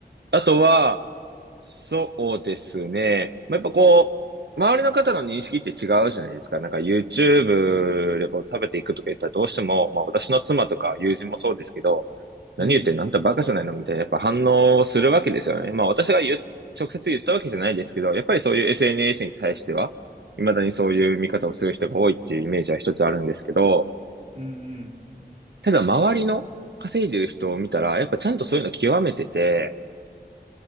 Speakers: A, on the right; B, on the right.
A: あとは、そうですね。まあ、やっぱこう、周りの方の認識って違うじゃないですか。なんか YouTube でこう食べていくとか言ったらどうしても、まあ私の妻とか友人もそうですけど、何言ってんのあんたバカじゃないのみたいなやっぱ反応するわけですよね。
B: うん
A: まあ私が言う、直接言ったわけじゃないですけど、やっぱりそういう SNS に対しては、未だにそういう見方をする人が多いっていうイメージは一つあるんですけど、
B: うんうん。
A: ただ周りの稼いでる人を見たら、やっぱちゃんとそういうの極めてて、